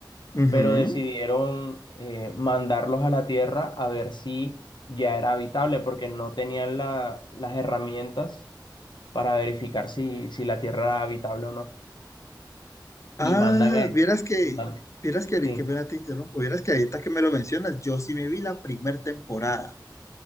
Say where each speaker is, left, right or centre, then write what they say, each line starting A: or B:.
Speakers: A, on the left; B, on the left.
A: Ujú.
B: pero decidieron eh, mandarlos a la Tierra a ver si ya era habitable, porque no tenían la- las herramientas para verificar si, si la Tierra era habitable o no.
A: Ah,
B: Y mandan a... Wow.
A: vieras que,
B: y man-
A: vieras que ahorita
B: sí.
A: que me te interrumpo, vieras que ahorita que me lo mencionas, yo sí me vi la primera temporada,